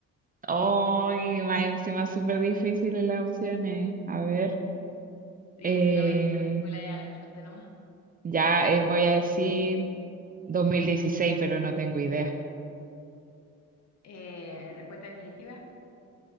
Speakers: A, on the right (about 30°); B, on the left (about 60°).
A: Ay, más encima súper difíciles las opciones. A ver.
B: Sí,
A: eh,
B: si no viste la película, ya la achunte nomás.
A: Ya eh, voy a decir 2016 pero no tengo idea.
B: Eh, respuesta definitiva.